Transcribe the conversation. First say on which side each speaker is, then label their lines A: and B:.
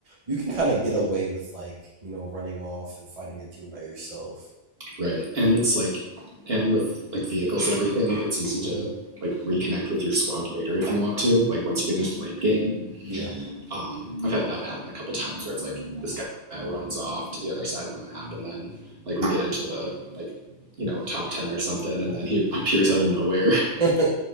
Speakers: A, on the right; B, on the right.
A: you can kind of get away with like you know running off and fighting a team by yourself.
B: Right, and
A: You know,
B: it's like, and with like vehicles and everything, it's easy to
A: Mhm.
B: like reconnect with your squad later if you want to. Like once you get into the late game,
A: yeah,
B: Um, I've had that happen a couple times where it's like this guy runs off to the other side of the map, and then like we get into the like you know top ten or something, and then he appears out of nowhere.
A: <laughs>
B: <laughs>
A: yeah.